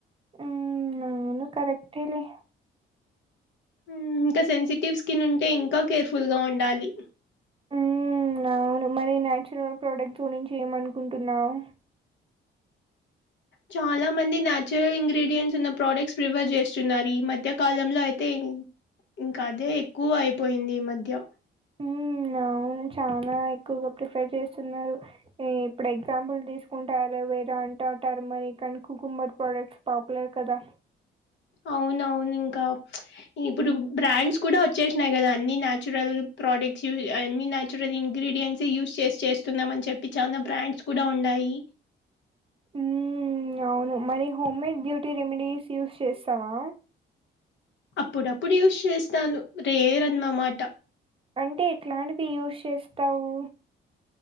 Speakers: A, on the right; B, on the left.
A: ఉమ్ ఆవును కరెక్టేలే
B: ఉమ్ ఇంక సెన్సిటివ్ స్కిన్ ఉంటే ఇంకా కేర్ ఫుల్ గా ఉండాలి
A: ఉమ్ అవును మరి నాచురల్ ప్రోడక్ట్స్ గురించి ఏమనుకుంటున్నావు
B: చాలా మంది నాచురల్ ఇంగ్రీడియంట్స్ ఉన్న ప్రోడక్ట్స్ ప్రిఫర్ జేస్తున్నారు ఈ మధ్య కాలంలో అయితే ఉమ్ ఇంక అదే ఎక్కువ అయిపోయింది ఈ మధ్య
A: హ్మ్. అవును చానా ఎక్కువగా ప్రిఫర్ చేస్తున్నారు ఇప్పుడు ఎగ్జాంపుల్ తీసుకుంటె అలోవేర అంటా ఉంటారు మరి కని కుకుంబర్ ప్రోడక్ట్స్ పాపులర్ కదా
B: అవునవును ఇంకా ఇప్పుడు బ్రాండ్స్ కూడ వచ్చేసినాయి గదా అన్ని నచురల్ ప్రోడక్ట్స్ యూస్ అన్ని నచురల్ ఇంగ్ గ్రీడియంట్స్ యూస్ చేస్ చేస్తున్నాం అని చెప్పి చానా బ్రాండ్స్ కూడ ఉన్నాయి
A: ఉమ్ అవును మరి home made beauty remedies use చేస్తవా
B: అప్పుడప్పుడు యూస్ చేస్తాను రేరన్నమాట
A: అంటే ఎట్లాంటివి యూజ్ చేస్తావు